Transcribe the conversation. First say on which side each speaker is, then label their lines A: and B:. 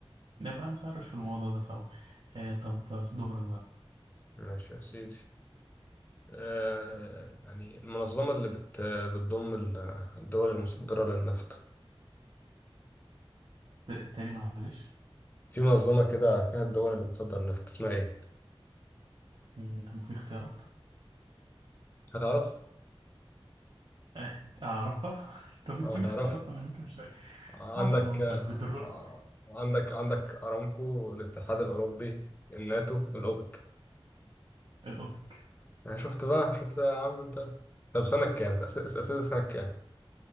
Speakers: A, on the right; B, on the left.
A: نبقى نسرش في الموضوع ده سوا آه طب دورك بقى
B: ماشي يا سيدي آه، يعني المنظمة اللي بت بتضم ال- الدول المصدرة للنفط
A: ت- تاني معلش
B: في منظمة كده فيها الدول اللي بتصدر النفط اسمها إيه؟
A: مم، طب في اختيارات
B: هتعرف؟
A: إحت- أعرفها <laughs> طب اديني
B: أه هتعرف
A: اختيارات ما أنا يمكن مش فاكر
B: عندك
A: آه
B: آه،
A: في البترول
B: عندك عندك أرامكو الاتحاد الأوروبي الناتو الأوبك
A: الأوبك
B: يعني شفت بقى شفت يا عم أنت طب سنة كام؟ تأسس تأسست سنة كام؟